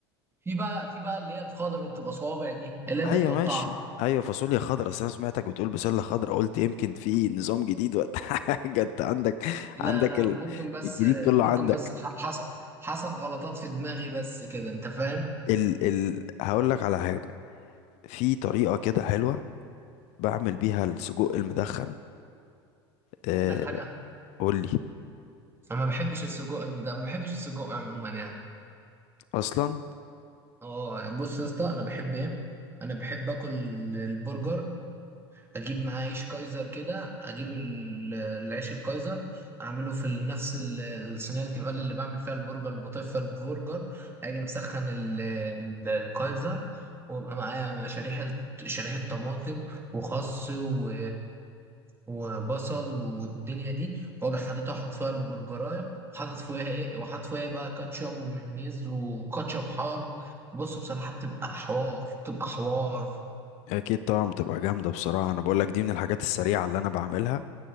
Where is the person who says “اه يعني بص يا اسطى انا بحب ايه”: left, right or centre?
Right